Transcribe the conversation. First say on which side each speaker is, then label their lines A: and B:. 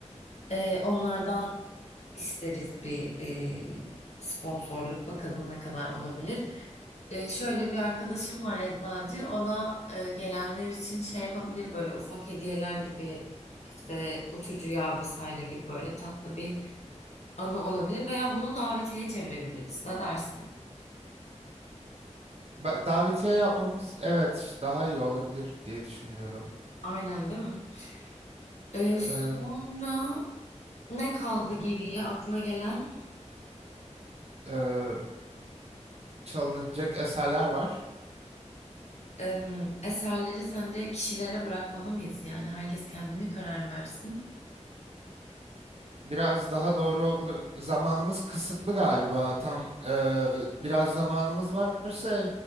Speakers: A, on the left; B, on the right.
A: E, onlardan isteriz bir e, sponsorluk. Bakalım ne kadar olabilir. E, şöyle bir arkadaşım var eczacı. O da e, gelenler için şey yapabilir böyle ufak hediyeler gibi işte uçucu yağ vesaire gibi böyle tatlı bir anı olabilir veya bunu davetiye çevirebiliriz. Ne dersin?
B: Ba- Davetiye yapmamız evet daha iyi olabilir diye düşünüyorum.
A: Aynen değil mi? Ee,
B: Am,
A: sonra ne kaldı
B: hı hı.
A: geriye aklına gelen?
B: Ee, çalınacak eserler var.
A: Em, eserleri sence kişilere bırakmalı mıyız? Yani herkes kendi mi karar versin?
B: Biraz daha doğru ol zamanımız kısıtlı galiba tam eee, biraz zamanımız varsa